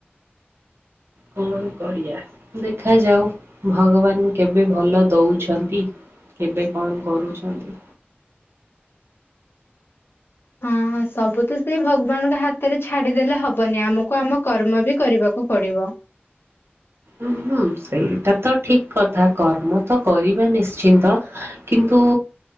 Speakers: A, on the right; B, on the left.
A: କଣ କରିବା ଦେଖାଯାଉ ଭଗବାନ୍ କେବେ ଭଲ ଦଉଛନ୍ତି। କେବେ କଣ କରୁଛନ୍ତି।
B: ହଁ ହଁ ସବୁ ତ ସେଇ ଭଗବାନଙ୍କ ହାତରେ ଛାଡିଦେଲେ ହବନି, ଆମକୁ ଆମ କର୍ମ ବି କରିବାକୁ ପଡିବ।
A: ଉଁ, ହୁଁ, ସେଇଟା ତ ଠିକ୍ କଥା କର୍ମ ତ କରିବା ନିଶ୍ଚିନ୍ତ। କିନ୍ତୁ